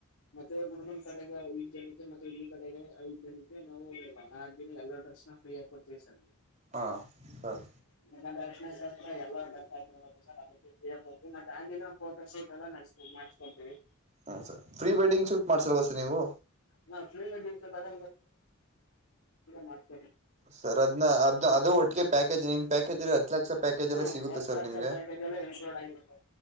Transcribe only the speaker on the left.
ಮತ್ತೆ ಹುಡ್ಗನ್ ಕಡೆಗೆ ಐದ್ ಜನಕ್ಕೆ ಮತ್ತೆ ಹುಡ್ಗಿ ಕಡೆಗೆ ಐದ್ ಜನಕ್ಕೆ ನಾವುನಿ ಆದ್ ಎಲ್ಲಾ ಡ್ರೆಸ್ನ ಫ್ರೀ ಆಗ್ ಕೊಡ್ ತೀವ್ ಸರ್
<unintelligible> ಆರ್ಶಿಣ ಶಾಸ್ ಎಲ್ಲಡ ಸರ್ ಅದಕ್ಕೆಡ್ವಿ ಮತ್ತೆಗಿನ ಫೋಟೋ ಶೂಟ್ ಎಲ್ಲ ನಸ್ ಮಾಡಸ್ಕೊಂತೀವಿ
ನಾ್ ಶ್ರೀಗಡ್ಡಿ ಅದ ಮಾಡ್ವಿ
ಹ್ಮ್
ಹತ್ತು
ಲಕ್ಷ
ಪ್ಯಾಕೇಜ್ ಎಲ್ಲ ಇನ್ಕ್ಲೂಡ್ ಆಗಿರುತ್ತೆ